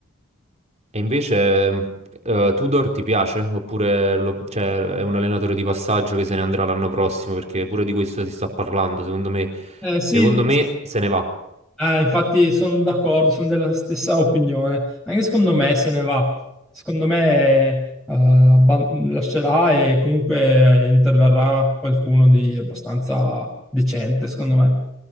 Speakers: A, on the right; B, in the centre.
A: E invece, mh, eh, Tudor ti piace? Oppure lo- cioè, è un allenatore di passaggio che se ne andrà l'anno prossimo? Perché pure di questo si sta parlando. Secondo me,
B: Eh, sì,
A: secondo me se ne va.
B: Eh, infatti sono d'accordo, sono della stessa opinione. Anche secondo me se ne va. Secondo me eh, abba- lascerà e comunque interverrà qualcuno di abbastanza decente, secondo me.